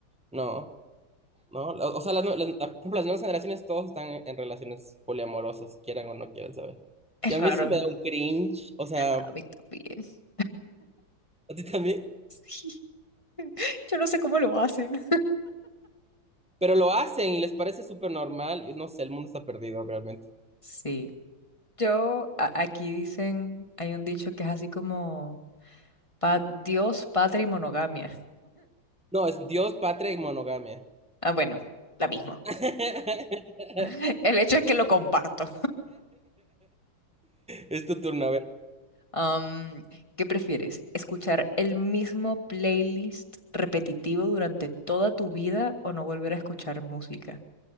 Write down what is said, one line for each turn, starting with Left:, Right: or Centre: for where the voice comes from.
Centre: no, no, o, o sea, las, nue- las, la- por ejemplo, las nuevas generaciones todos están en, en relaciones poliamorosas, quieran o no quieran saber.
Left: Es
Centre: Y a
Left: raro.
Centre: mí sí me da un cringe, o sea,
Left: A mí también. <laughs>
Centre: a ti también,
Left: Sí. Yo no sé cómo lo hacen.
Centre: pero lo hacen y les parece súper normal, y no sé, el mundo está perdido realmente.
Left: Sí. Yo, a- aquí dicen, hay un dicho que es así como pa- Dios, padre y monogamia.
Centre: No, es Dios, patria y monogamia.
Left: Ah, bueno, la misma.
Centre: <laughs>
Left: <laughs> El hecho es que lo comparto.
Centre: Es tu turno, a ver.
Left: Am, ¿qué prefieres? ¿Escuchar el mismo playlist repetitivo durante toda tu vida o no volver a escuchar música?